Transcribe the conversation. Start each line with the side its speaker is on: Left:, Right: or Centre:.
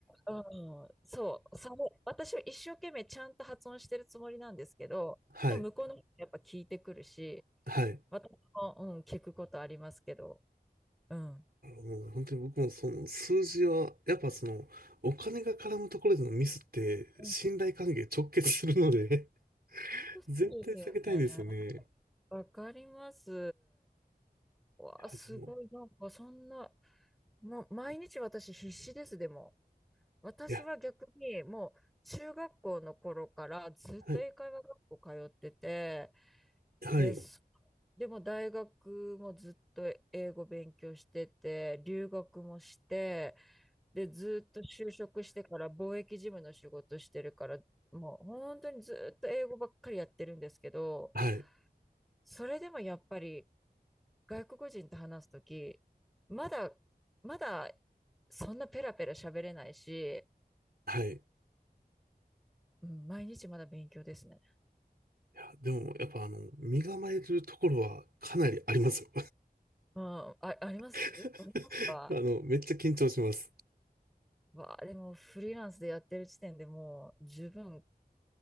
Centre: うん、そう、それ私は一生懸命ちゃんと発音してるつもりなんですけど、
Right: はい。
Centre: でも向こうの人やっぱ聞いてくるし、
Right: はい。
Centre: 私も、うん、聞くことありますけど、うん。
Right: もう本当に僕もその数字は、やっぱその、お金が絡むところでのミスって、
Centre: うん、
Right: 信頼関係直結するので <laughs>
Centre: 本当そうですよね。
Right: 絶対避けたいんですよね。い
Centre: わかります。わあ、
Right: や、
Centre: すごい、
Right: でも、
Centre: なんかそんな、もう毎日私必死です、でも。私は逆にもう中学校の頃からずっと英会話学校通ってて、
Right: いや、はい、はい、
Centre: で、そでも大学もずっと英語勉強してて、留学もして、で、ずっと就職してから貿易事務の仕事してるから、もう本当にずっと英語ばっかりやってるんですけど、
Right: はい、
Centre: それでもやっぱり外国人と話すとき、まだ、まだ、そんなペラペラ喋れないし、
Right: はい。い
Centre: うん、毎日まだ勉強ですね。
Right: や、でも、やっぱあの、身構えるところはかなりありますよ。
Centre: うん、あ、ありますありますか
Right: <laughs> あの、めっちゃ緊張します。
Centre: わあ、でもフリーランスでやってる時点でもう十分、